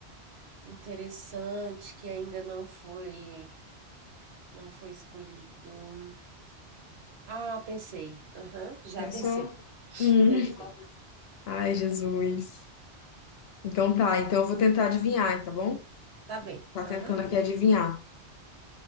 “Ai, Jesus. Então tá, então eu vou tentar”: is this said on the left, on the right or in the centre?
Left